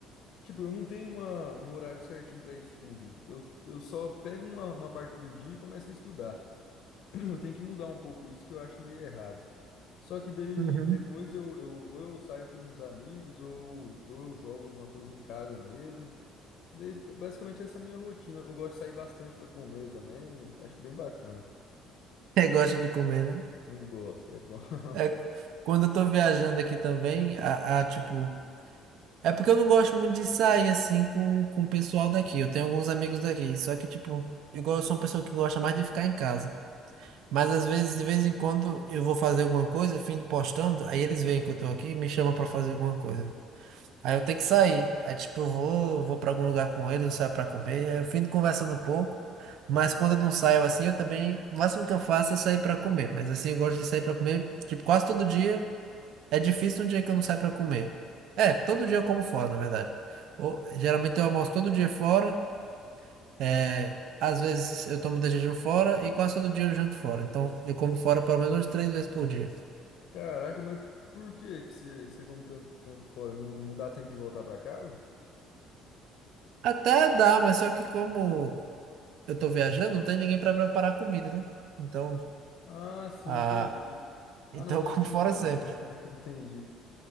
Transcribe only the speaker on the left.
Tipo, eu não tenho uma, um horário certinho pra estudo. Eu, eu só pego uma, uma parte do dia e começo a estudar. <clears throat> Eu tenho que mudar um pouco isso que eu acho meio errado. Só que daí
depois eu, eu ou eu saio com uns amigos ou, ou eu jogo alguma coisa em casa mesmo. Daí, basicamente essa é a minha rotina. Eu gosto de sair bastante pra comer também, acho bem bacana.
Eu gosto, é bom. <laughs>
Caraca, mas por que que você, você come tanto tempo fora? Não, não dá tempo de voltar pra casa?
Ah, sim,
entendi.
Ah, não, tá
explicado,
né? que eu- <laughs> Entendi.